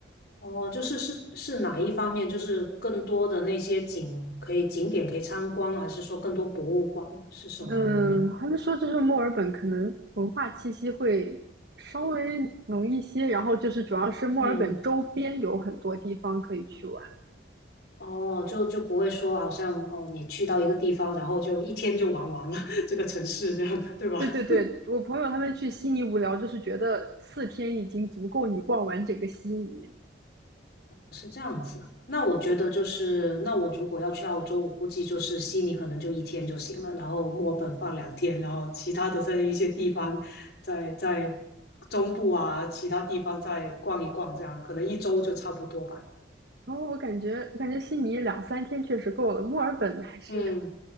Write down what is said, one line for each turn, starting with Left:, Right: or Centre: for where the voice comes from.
Left: 哦，就是是是哪一方面？就是更多的那些景可以景点可以参观，还是说更多博物馆？是什么原因啊？
Right: 嗯，他们说就是墨尔本可能文化气息会稍微浓一些，然后就是主要是墨尔本周边有很多地方可以去玩。
Left: 嗯，哦，就就不会说好像哦，你去到一个地方，然后就一天就玩完了 <laughs> 这个城市，这样对吧？
Right: 对对对，我朋友他们去悉尼无聊，就是觉得四天已经足够你逛完整个悉尼。
Left: 是这样子，那我觉得就是，
Right: 对，
Left: 那我如果要去澳洲，我估计就是悉尼可能就一天就行了，然后墨尔本放两天，然后其他的在一些地方，在在中部啊，其他地方再逛一逛，这样可能一周就差不多吧。
Right: 然后我感觉，我感觉悉尼两三天确实够了，墨尔本还是
Left: 嗯